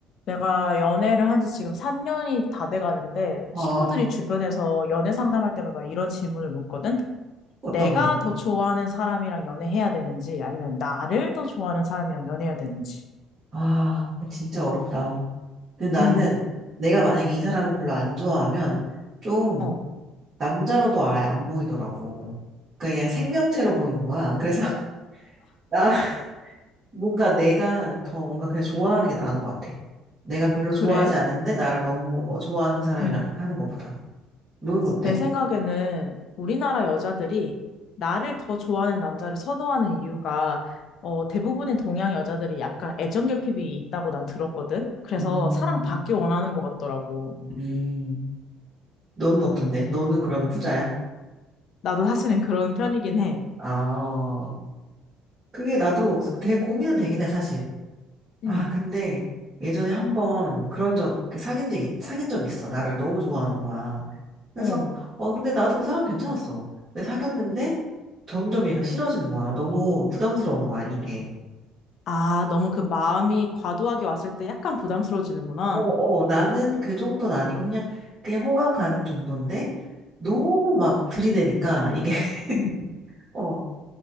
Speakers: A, on the left; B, on the right.
A: 내가 연애를 한지 지금 3년이 다 돼가는데
B: 어,
A: 친구들이 주변에서 연애 상담할 때마다 이런 질문을 묻거든?
B: 어떤
A: 내가
B: 건데?
A: 더 좋아하는 사람이랑 연애해야 되는지 아니면 나를 더 좋아하는 사람이랑 연애해야 되는지.
B: 아, 진짜 어렵다. 근데 나는
A: 음,
B: 내가 만약에 이 사람을 별로 안 좋아하면 좀
A: 어,
B: 남자로도 아예 안 보이더라고. 그러니까 그냥 생명체로 보이는 거야. 그래서 <laughs> 나 뭔가 내가 더 뭔가 그냥 좋아하는 게 나은 것 같아. 내가 별로
A: 그래?
B: 좋아하지 않는데 나를 너무 어, 좋아하는 사람이랑
A: 음,
B: 하는 것보다. 너는 어때?
A: 내 생각에는 우리나라 여자들이 나를 더 좋아하는 남자를 선호하는 이유가 어, 대부분의 동양 여자들이 약간 애정 결핍이 있다고 난 들었거든? 그래서
B: 음,
A: 사랑받기 원하는 것 같더라고.
B: 음. 너는 어떤데? 너는 그러면 후자야?
A: 나도 사실은 그런 편이긴 해.
B: 아, 그게 나도 되게 고민은 되긴 해, 사실. 아,
A: 음.
B: 근데 예전에 한번 그런 적, 그 사귄 적, 사귄 적 있어. 나를 너무 좋아하는 거야. 그래서,
A: 어.
B: 어, 근데 나도 그 사람 괜찮았어. 근데 사귀었는데 점점 얘가 싫어지는 거야. 너무 부담스러운 거야, 이게.
A: 아, 너무 그 마음이 과도하게 왔을 때 약간 부담스러워지는구나.
B: 어, 어, 나는 그 정도는 아니고 그냥, 그냥 호감 가는 정도인데 너무 막 들이대니까 이게, <laughs>
A: 음.
B: 어,